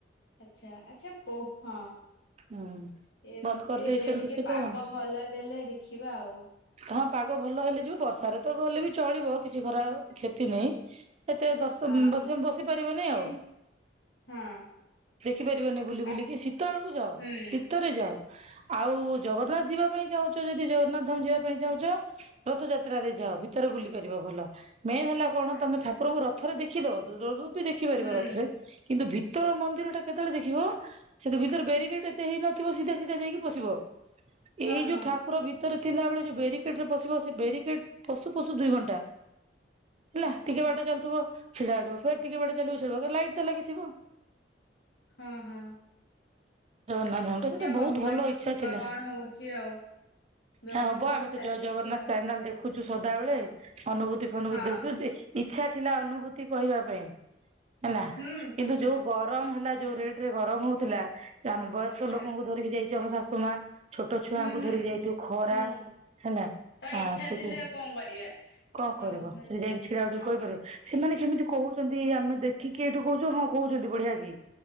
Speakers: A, on the left; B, on the right.
A: ଆଚଛା ଆଚ୍ଛା କୋ ହଁ।
B: ହୁଁ।
A: ଏବେ
B: ବନ୍ଦ କରିଦେଇଛନ୍ତି
A: ଟିକେ
B: ସେଇଟା
A: ପାଗ ଭଲ ଦେଲେ ଦେଖିବା ଆଉ।
B: ହଁ ପାଗ ଭଲ ହେଲେ ଯିବ ବର୍ଷାରେ ତ ଗଲେ ବି ଚଳିବ କିଛି ଖରା କ୍ଷତି ନାହିଁ ଏତେ। ବ
A: ହଁ
B: ବସି ପାରିବନି
A: କିନ୍ତ
B: ଆଉ।
A: ହଁ
B: ଦେଖି ପାରିବନି ବୁଲି
A: ପା
B: ବୁଲିକି ଶୀତ ବଳକୁ ଯାଅ
A: ହୁଁ
B: ଶୀତରେ ଯାଅ। ଆଉ ଜଗନ୍ନାଥ ଯିବା ପାଇଁ ଚାହୁଁଛ ଯଦି ଜଗନ୍ନାଥ ଧାମ ଯିବା। ଚାହୁଁଛ ରଥଯାତ୍ରାରେ ଯାଅ ଭିତରେ ବୁଲି କରିବ ଭଲ ମେନ୍ ହେଲା କଣ
A: ଆଚ୍ଛା
B: ତମେ ଠାକୁରଙ୍କୁ ରଥ। ରଥରେ ଦେଖିଦବ ଦୂରୁ ବି ଦେଖିପାରିବ
A: ହୁଁ
B: ରଥରେ କିନ୍ତୁ ଭିତର ମନ୍ଦିର ଟା କେତେବେଳେ ଦେଖିବ। ସେ ତ ଭିତରେ ବ୍ୟାରିକେଟ ଏତେ ହେଇ ନଥିବ ସିଧା ସିଧା ଯାଇକି ପସିବ।
A: ହଁ
B: ଏଇ ଯୋଉ
A: ହଁ
B: ଠାକୁର ଭିତରେ ଥିଲାବେଳେ ଯୋଉ ବାରିକେଡ ରେ ପସିବ ସେ ବାରିକେଡ ପଶୁ ପଶୁ ଦୁଇ ଘଣ୍ଟା। ହେଲା
A: ଓହୋ।
B: ଟିକେ ବାଟ ଚାଲଥିବ ଛିଡା ଅଡିବ ଫେର ଟିକେ ବାଟେ ଚାଲିବ ସେ ରହିବ କା ଲାଇଟ୍ ତ ଲାଗିଥିବ।
A: ହୁ ହୁଁ।
B: ଜଗନ୍ନାଥା ଧାମ ଟା ବହୁତ
A: ଭଗବାନଙ୍କ
B: ଭଲ ଇଛା
A: କୃପା
B: ଥିଲା
A: କଣ ହଉଛି ଆଉ ବ୍ୟବସ୍ଥା
B: ହବ ଆ
A: ତ
B: ଜୟ
A: ଚାଲିଛି
B: ଜଗନ୍ନାଥ
A: ଆଉ।
B: ଚ୍ୟାନେଲ ଦେଖୁଛୁ ସଦାବେଳେ ଅନୁଭୂତି ଫନୁଭୂତି
A: ହଁ
B: ଦେଖୁଛୁ ଇଚ୍ଛା ଥିଲା ଅନୁଭୂତି କହିବା ପାଇଁ ହେଲା
A: ହୁଁ
B: କିନ୍ତୁ ଯୋଉ ଗରମ ହେଲା ଯୋଉ ରେଟରେ ଗରମ ହଉଥିଲା ଆମେ ବୟସ୍କ
A: ଆଚ୍ଛା
B: ଲୋକଙ୍କୁ ଧରିକି ଯାଇଛୁ ଆମ ଶାଶୁ ମା। ଛୋଟ ଛୁଆଙ୍କୁ
A: ହୁଁ ହୁଁ
B: ଧରିକି ଯାଇଛୁ ଖରା।
A: ହୁଁ
B: ନା
A: ତ ଇଚ୍ଛା
B: ସେଠି
A: ଥିଲେ ଆଉ କଣ କରିବା।
B: କଣ
A: ସ
B: କରିବ
A: ମାନେ
B: ସେଠି ଯାଇକି ଛିଡା ଉଠିକି
A: ହଁ
B: କହି ସେମାନେ କେମିତି କହୁଛନ୍ତି ଆମେ ଦେଖିକି ଏଇଠୁ କହୁଛୁ ହଁ କହୁଛନ୍ତି ବଢିଆ କି?